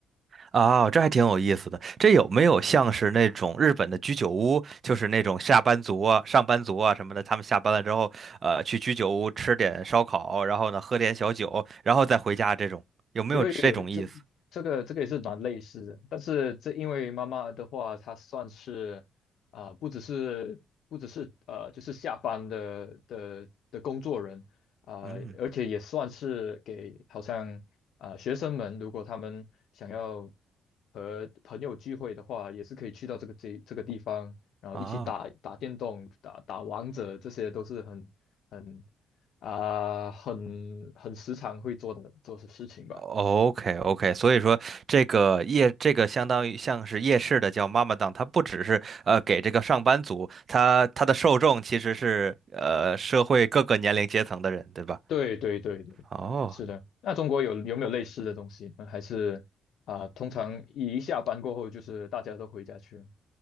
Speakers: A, on the right (about 45°); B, on the left (about 70°).
A: 啊，这还挺有意思的。这有没有像是那种日本的居酒屋，就是那种下班族啊、上班族啊什么的，他们下班了之后，呃，去居酒屋吃点烧烤，然后呢喝点小酒，然后再回家这种，有没有这种意思？
B: 因为有，这这个这个也是蛮类似的，但是这因为妈妈的话，她算是啊、不只是不只是呃，就是下班的的的工作人啊、
A: 嗯，
B: 而且也算是给好像啊、学生们，如果他们想要和朋友聚会的话，也是可以去到这个这这个地方，然后一起打打电动、
A: 啊
B: 打打王者，这些都是很很啊、很很时常会做的做的事情吧。
A: ，OK OK，所以说这个夜这个相当于像是夜市的叫妈妈档，它不只是呃给这个上班族，它它的受众其实是呃社会各个年龄阶层的人，对吧？
B: 对对对对，
A: 哦。
B: 是的。那中国有有没有类似的东西呢？还是啊、通常一下班过后就是大家都回家去了。